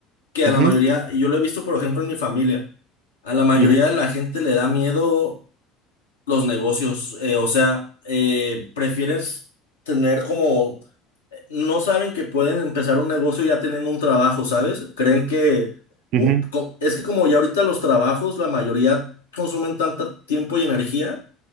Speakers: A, on the left; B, on the right.
A: Que a
B: Ujú,
A: la mayoría, y yo lo he visto por ejemplo en mi familia, a la mayoría
B: ujú,
A: de la gente le da miedo los negocios, eh, o sea, eh, prefieres tener como, no saben que pueden empezar un negocio ya teniendo un trabajo, ¿sabes? Creen que,
B: ujú.
A: o- co- es que como ya ahorita los trabajos, la mayoría consumen tanto tiempo y energía